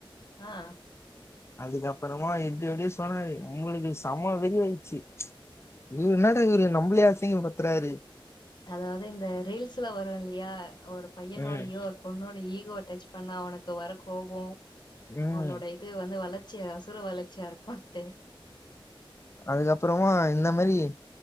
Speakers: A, on the left; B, on the left.
A: ஆ
B: அதுக்கப்புறமா இப்டி எப்டி சொன்னாரு உங்களுக்கு செம வெறி ஆயிச்சு இ என்னடா இவ்ரு நம்ப்ளே அசிங்க பத்துறாரு
A: அதாவ்து இந்த ரீல்ஸ்ல வருல்யா ஒரு பையனோடையோர்
B: ம்
A: உன்னோட ஈகோ டச் பண்ணா அவனுக்கு வர கோபோ
B: ம்
A: அவ்னோடை து வந்து வளச்சிய அசுற வளச்சியா இருக்குன்ட்டு
B: அதுக்கப்புறமா இந்த மரி